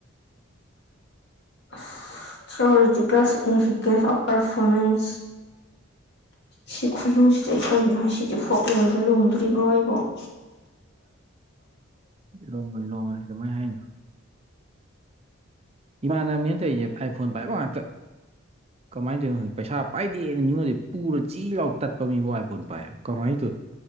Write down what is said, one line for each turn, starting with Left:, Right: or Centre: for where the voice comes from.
Left: ꯑꯁ ꯊ꯭ꯌꯣꯔꯤꯇꯤꯀꯦꯜ ꯁꯤꯛꯅꯤꯐꯤꯀꯦꯟꯁ ꯑꯣꯐ ꯄ꯭ꯔꯐꯣꯃꯦꯟꯁ ꯁꯤ ꯈꯨꯜꯂꯨꯁꯤꯗꯤ ꯑꯩ ꯀꯩꯅꯣ ꯍꯥꯏ ꯁꯤꯗꯤ ꯐꯣꯛ ꯂꯣꯔꯗ ꯂꯣꯡꯗꯣꯔꯤꯕꯣ ꯑꯩꯕꯣ <unintelligible>
Right: ꯂꯣꯡꯉꯣꯏ ꯂꯣꯡꯉꯣꯏ ꯑꯗꯨꯃꯥꯏ ꯍꯥꯏꯅꯨ ꯏꯃꯥꯟꯅꯕꯅꯦ ꯇꯩꯁꯦ ꯑꯥꯏ ꯐꯣꯟ ꯄꯥꯏꯕ ꯉꯥꯛꯇ ꯀꯃꯥꯏꯟ ꯇꯩꯅꯣ ꯈꯪꯗꯦ ꯄꯩꯁꯥ ꯄꯥꯏꯗꯦ ꯑ ꯃꯤꯉꯣꯟꯗꯩ ꯄꯨꯔ ꯆꯤ ꯂꯥꯎ ꯇꯠꯄ ꯃꯤꯕꯨ ꯑꯥꯏ ꯐꯣꯟ ꯄꯥꯏꯌꯦ ꯀꯃꯥꯏ ꯇ